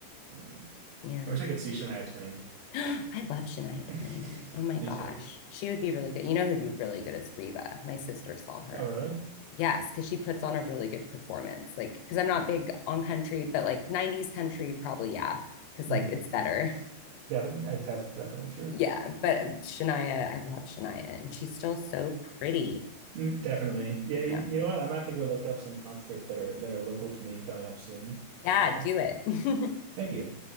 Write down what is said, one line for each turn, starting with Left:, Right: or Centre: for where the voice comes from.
Right: Mhm.
Left: Yeah.
Right: I wish I could see Shania Twain.
Left: <gasps> I love Shania
Right: <laughs>
Left: Twain. Oh my
Right: Me
Left: gosh.
Right: too.
Left: She would be really good. You know who'd be really good? It's Reba. My sister saw her.
Right: Oh really?
Left: Yes, because she puts on a really good performance. Like, because I'm not big on country, but like 90s country, probably, yeah, because
Right: Mm-hmm.
Left: like it's better.
Right: Definitely, that's definitely
Left: <laughs>
Right: true.
Left: yeah. But Shania, I love Shania and she's still so pretty.
Right: Mm, definitely. Yeah, you,
Left: Yeah.
Right: you know what? I'm gonna have to go look up some concerts that are that are local to me coming up soon.
Left: Yeah.
Right: Uh,
Left: Do it. <laughs>
Right: thank you.